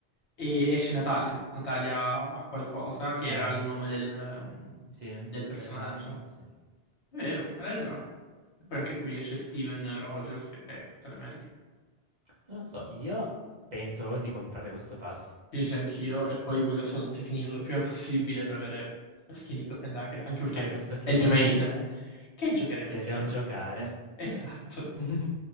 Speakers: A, on the left; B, on the right.
A: E esce Natalia, Natalia qualcosa, che era
B: Eh,
A: il nome del, ehm,
B: sì.
A: del personaggio.
B: Bella... Sì.
A: Vero, hai ragione. E poi anche qui esce Steven Rogers, che è Captain America.
B: Non lo so, io penso solo di comprare questo pass.
A: Sì, sì, anch'io. E poi voglio assolutamente finirlo il prima possibile per avere lo skin di Cloak and Dagger, anche
B: E
A: perché
B: sai questo che
A: è il
B: vuol
A: mio main.
B: dire?
A: Che giocheremo
B: Che
A: insieme.
B: dobbiamo giocare.
A: <laughs> Esatto.
B: <laughs>